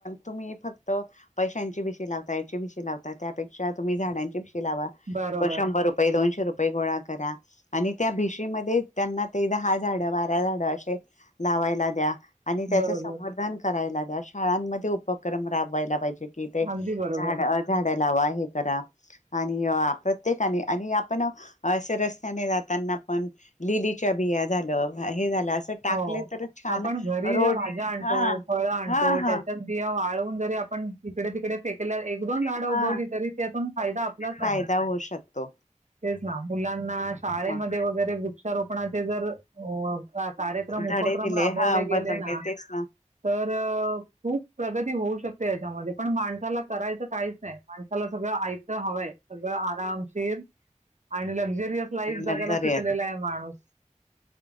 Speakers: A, on the left; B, on the right.
A: तुम्ही फक्त पैशांची भिशी लावता याची भिशी लावता त्यापेक्षा तुम्ही झाडांची लावा
B: बरोबर
A: शंभर रुपे दोनशे रुपये गोळा करा आणि त्या भीशीमध्ये त्यांना तेदा हा झाड. वाऱ्या झाड असे लावायला द्या. आणि त्याचं
B: बरोबर
A: संवर्धन करायला शाळांमध्ये उपक्रम राबवायला पाहिजे. कि ते
B: अगदी बरोबर
A: झाड झाडं लावाय. हे करा आणि प्रत्येकाने आणि आपण असे रस्त्याने जाताना पण लिलीच्या बिया झालं. हे झालं असं टाकले
B: हो
A: तर छान
B: आपण घरी
A: रोड
B: ज्या भाज्या आणतो
A: हा
B: फळ आणतो
A: हा हा
B: त्याच्याच बिया वाळवून जरी आपण तिकडे तिकडे फेकयला. एक दोन झाड
A: हा
B: उगवली तरी त्यातून फायदा आपलाच
A: फायदा
B: आहे
A: होऊ शकतो
B: तेच ना मुलांना शाळेमध्ये
A: मग
B: वगैरेु वोपणा जर कार्यक्रम उपक्रम
A: धडे दिले
B: राबवले
A: हा
B: गेले
A: बदलले
B: ना
A: तेच
B: तर खूप प्रगती होऊ शकते. त्याच्यामध्ये पण माणसाला करायचं काहीच नाही माणसाला सगळं आयचं हवंय सगळं आरामशीर. आणि लक्झरियस लाईफ जगायला
A: लक्झरीयत
B: शिकलेला आहे माणूस